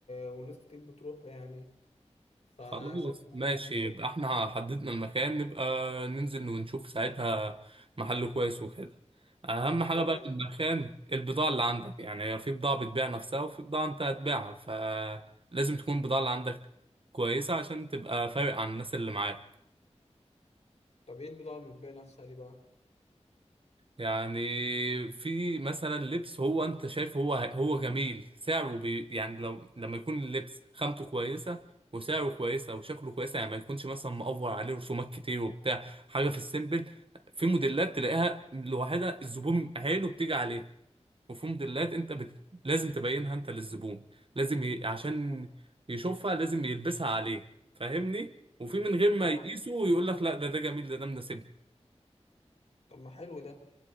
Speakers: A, on the left; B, on the right.
A: والناس كتير بتروحه يعني فشايف
B: خلاص
A: إن
B: ماشي
A: هو هناك كويس
B: يبقى احنا حددنا المكان نبقى ننزل ونشوف ساعتها محل كويس وكده اهم حاجة
A: طيب
B: بقى
A: ماشي
B: في المكان البضاعة اللي عندك يعني في بضاعة بتبيع نفسها وفي بضاعة انت هتبيعها فلازم تكون البضاعة اللي عندك كويسة عشان تبقى فارق عن الناس اللي معاك
A: طب إيه البضاعة اللي بتبيع نفسها دي بقى؟
B: يعني في مثلا لبس هو انت شايف هو هو جميل سعره بي يعني لو لما يكون اللبس خامته كويسه وسعره كويسه وشكله كويسه يعني ما يكونش مثلا مقفر عليه رسومات كتير وبتاع حاجه في السيمبل في موديلات تلاقيها لوحدها الزبون عينه بتيجي عليها وفي موديلات انت بت... لازم تبينها انت للزبون لازم ي... عشان
A: اه
B: يشوفها لازم يلبسها عليه فاهمني وفي من غير ما
A: اه
B: يقيسه ويقول لك لا ده ده جميل ده ده مناسبني
A: طب ما حلو ده